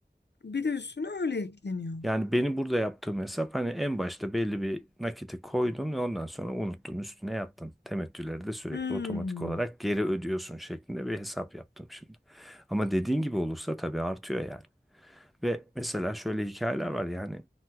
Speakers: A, on the left; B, in the centre.
A: bir de üstüne öyle ekleniyor.
B: Yani benim burada yaptığım hesap hani en başta belli bir nakiti koydun ve ondan sonra unuttun üstüne yattın. Temettüleri de sürekli
A: Hmm.
B: otomatik olarak geri ödüyorsun şeklinde bir hesap yaptım şimdi. Ama dediğin gibi olursa tabii artıyor yani. Ve mesela şöyle hikayeler var yani